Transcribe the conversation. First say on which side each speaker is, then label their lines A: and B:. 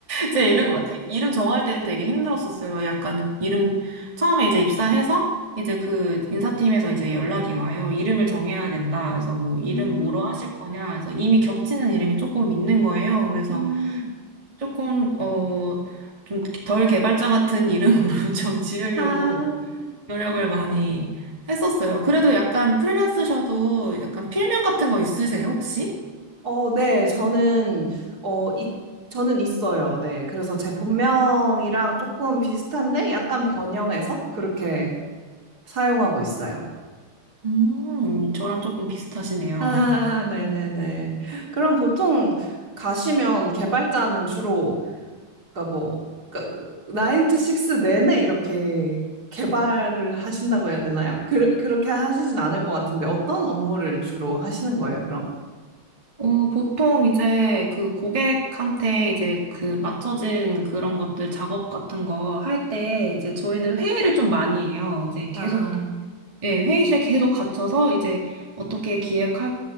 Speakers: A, on the right (about 45°); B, on the right (about 15°).
A: 네.
B: 제 이름, 막- 이름 정할 때 되게 힘들었었어요. 약간, 이름, 처음에 이제 입사해서, 이제 그 인사팀에서 이제 연락이 와요. 이름을 정해야 된다. 그래서 뭐, 이름
A: 음,
B: 뭐로 하실 거냐. 그래서 이미 겹치는 이름이 조금 있는 거예요. 그래서
A: 음.
B: 조금, 어, 좀 덜 개발자 같은 이름으로 <laughs> 좀 지으려고
A: 아,
B: 노력을 많이 했었어요. 그래도 약간 프리랜서셔도 약간 필명 같은 거 있으세요, 혹시?
A: 어, 네, 저는, 어, 이, 저는 있어요. 네. 그래서 제 본명이랑 조금 비슷한데 약간 변형해서 그렇게 사용하고 있어요.
B: 음, 저랑 조금 비슷하시네요.
A: 아, 네네네. 그럼 보통 가시면 개발자는 주로, 그러니까 뭐, 그, 9 to 6 내내 이렇게 개발을 하신다고 해야 되나요? 그, 그렇게 하시진 않을 것 같은데 어떤 업무를 주로 하시는 거예요, 그럼?
B: 어, 보통 이제 그 고객한테 이제 그 맞춰진 그런 것들 작업 같은 거 할 때 이제 저희는 회의를 좀 많이 해요. 이제 계속
A: 아,
B: 예, 회의실에 계속 갇혀서 이제 어떻게 기획할,